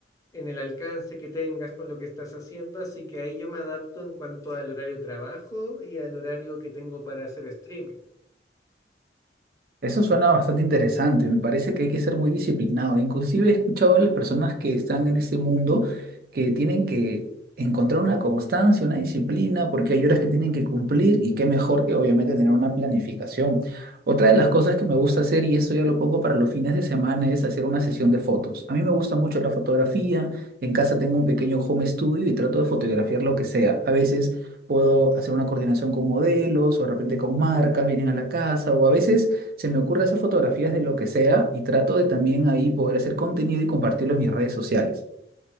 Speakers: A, on the left; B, on the right.
A: en el alcance que tengas con lo que estás haciendo, así que ahí yo me adapto en cuanto al horario de trabajo y al horario que tengo para hacer streaming.
B: Eso suena bastante interesante, me parece que hay que ser muy disciplinado. Inclusive he escuchado a las personas que están en ese mundo que tienen que encontrar una constancia, una disciplina, porque hay horas que tienen que cumplir y qué mejor que obviamente tener una planificación. Otra de las cosas que me gusta hacer, y esto ya lo poco para los fines de semana, es hacer una sesión de fotos. A mí me gusta mucho la fotografía, en casa tengo un pequeño home studio y trato de fotografiar lo que sea. A veces... Puedo hacer una coordinación con modelos o de repente con marcas, vienen a la casa o a veces se me ocurre hacer fotografías de lo que sea y trato de también ahí poder hacer contenido y compartirlo en mis redes sociales.